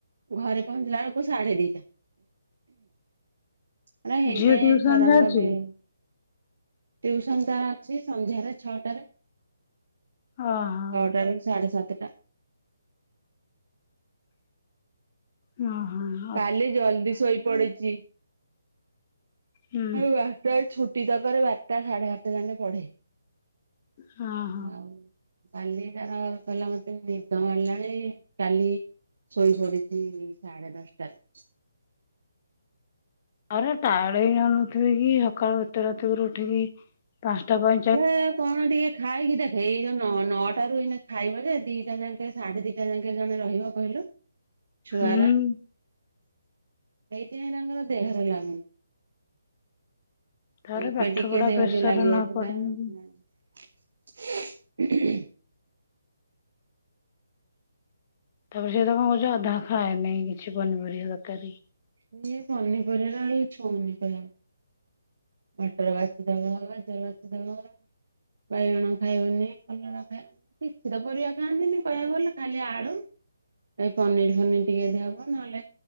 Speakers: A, on the right (about 70°); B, on the left (about 25°).
A: ଘରେ ପହଞ୍ଚିଲା ବେଳକୁ ସାଢେ ଦିଟା। ଆଲା ହେଇତ
B: ଝିଅ ଟିଉସନ
A: ସରଙ୍ଗା
B: ଯାଉଛି
A: ବେ <inaudible> ଟିଉସନ୍ ତାର ଅଛି ସନ୍ଧ୍ୟାରେ ଛଅଟାରେ।
B: ଓହୋ।
A: ଛଅଟା ରୁ ସାଢେ ସାତଟା।
B: ହଁ ହଁ।
A: କାଲି ଜଲ୍ଦି ଶୋଇ ପଡିଛି।
B: ହୁଁ।
A: <unintelligible> ଛୁଟି ଦବାରେ ବାରଟା ସାଢେ ବାରଟା ଯାଏ ପଢେ।
B: ହଁ।
A: ଆଉ କାଲି ତାର କହିଲା ମତେ ନିଦ ମାଡିଲାଣି କାଲି। ଶୋଇପଡ଼ିଛି ସାଢେ ଦଶଟାରୁ।
B: ଆର ଟାୟାର୍ଡ଼ ହେଇଯାଉନଥିବେ କି ସକାଳୁ ଏତେ ରାତିକିରୁ ଉଠିକି। ପାଞ୍ଚଟା ପ।
A: ସେ କଣ ଟିକେ ଖାଇକି ଦେଖେ ଏଇତ ନଅ। ଖାଇବ ଯେ ଦିଟା ଯାଏ ସାଢେ ଦିଟା ଯାକେ ଜଣେ ରହିବ କହିଲୁ। ଛୁଆରା
B: ହୁଁ
A: ଏଇତି ପାଇଁ ତାଙ୍କର ଦେହରେ ଲାଗୁନି।
B: ଥରେ
A: ଏବେ
B: ପାଠ
A: ଟିକେ
B: ପଢା
A: ଦେହରେ
B: ପ୍ରେସର
A: ଲାଗିଯାଇଥିଲା।
B: ନ ପଡୁନି କି? ତାପରେ ସେ ତ କଣ କହୁଛି ଅଧା ଖାଏ ନେହି କିଛି ପନିପରିବା ତରକାରୀ।
A: ଇଏ ପନିପରିବା ହିଁ ଛୁଉନି କ। ମଟର ବାଛି ଦବ ଗାଜର ବାଛି ଦବ ବାଇଗଣ ଖାଇବନି କଲରା ଖାଇବନି। କିଛି ତ ପରିବା ଖାଆନ୍ତିନି କହିବାକୁ ଗଲେ ଖାଲି ଆଳୁ। ଏ ପନିର୍ ଫନିର୍ ଟିକେ ଯଦି ହବ ନହେଲେ